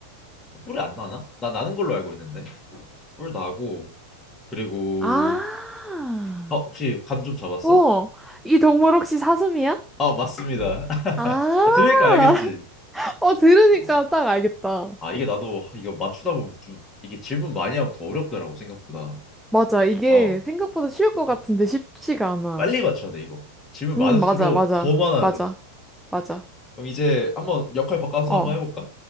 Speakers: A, on the left; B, in the centre.
A: 뿔이 안 나나? 나 나는 걸로 알고 있는데 뿔 나고 그리고
B: 아!
A: 어 혹시 감 좀 잡았어?
B: 어! 이 동물 혹시 사슴이야?
A: 아 맞습니다 <laughs>
B: 아, <laughs>
A: 아, 들으니까 알겠지
B: 어, 들으니까
A: 어
B: 딱 알겠다.
A: 아 이게 나도 이거 맞추다 보면 좀 이게 질문 많이 하면 더 어렵더라고 생각보다 어,
B: 맞아, 이게
A: 어,
B: 생각보다 쉬울 것
A: 어.
B: 같은데 쉽지가 않아.
A: 빨리 맞춰야 돼 이거 질문 많을수록
B: 응, 맞아, 맞아,
A: 더 많아져
B: 맞아, 맞아.
A: 그럼 이제 한번 역할 바꿔서
B: 어,
A: 한번 해볼까?